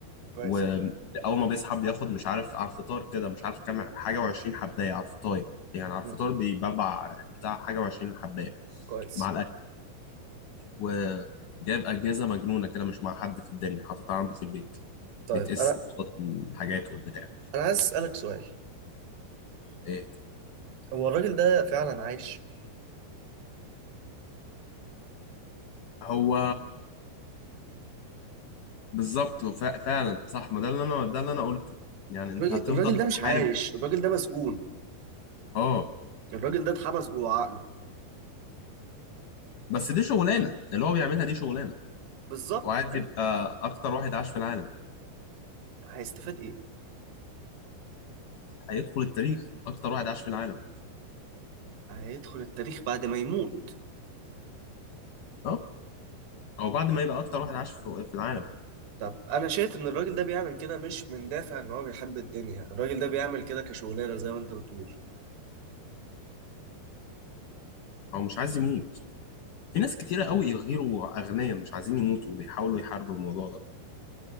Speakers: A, on the right; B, on the left.
A: كويس
B: وأول
A: أوي،
B: ما بيصحى بياخد مش عارف على الفطار كده مش عارف كام حاجة وعشرين حباية على الفطار يعني على
A: مم،
B: الفطار بيبلبع بتاع حاجة وعشرين حباية
A: كويس
B: مع الأكل وجايب أجهزة مجنونة كده مش مع حد في الدنيا حاططها عنده في البيت
A: طيب
B: بتقيس
A: انا
B: نقط الحاجات والبتاع
A: انا عايز اسالك سؤال
B: إيه،
A: هو الراجل ده فعلا عايش
B: هو بالظبط ف- فعلا صح ما ده اللي انا ده اللي انا قلته يعني انت
A: الراجل
B: هتفضل
A: الراجل ده مش
B: تحارب
A: عايش الراجل ده مسجون
B: اه
A: الراجل ده اتحبس جوه عقله
B: بس دي شغلانه اللي هو بيعملها دي شغلانه
A: بالظبط
B: وعايز
A: ايوه
B: يبقى اكتر واحد عاش في العالم
A: هيستفاد ايه
B: هيدخل التاريخ اكتر واحد عاش في العالم
A: هيدخل التاريخ بعد ما يموت
B: اه او بعد ما يبقى اكتر واحد عاش في في العالم
A: طب انا شايف ان الراجل ده بيعمل كده مش من دافع ان هو بيحب الدنيا الراجل ده بيعمل كده كشغلانه زي ما انت بتقول
B: او مش عايز يموت في ناس كتيره قوي غيروا اغنياء مش عايزين يموتوا وبيحاولوا يحاربوا الموضوع ده